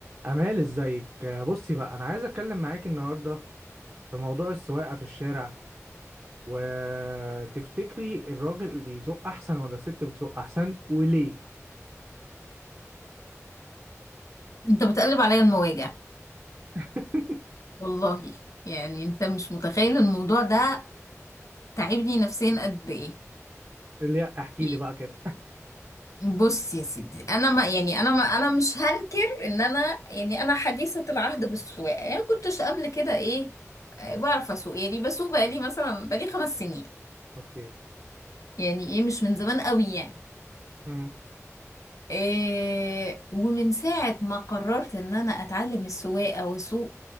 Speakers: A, on the right (about 45°); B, on the left (about 80°).
A: أمال ازيك آه، بصي بقى أنا عايز أتكلم معاك النهاردة في موضوع السواقة في الشارع وتفتكري الراجل اللي بيزق أحسن ولا الست بتزق أحسن وليه؟
B: انت بتقلب عليا المواجع
A: <laughs>
B: والله يعني انت مش متخيل الموضوع ده تعبني نفسيا قد ايه
A: لا احكي
B: يعني
A: لي بقى كده
B: بص يا سيدي انا ما يعني انا ما انا مش هنكر ان انا يعني انا حديثة العهد بالسواقة يعني كنتش قبل كده ايه آه، بعرف اسوق يعني بسوق بقالي مثلا بقالي خمس سنين
A: أوكي
B: يعني ايه مش من زمان قوي يعني
A: مم.
B: إيه ومن ساعة ما قررت ان انا اتعلم السواقة واسوق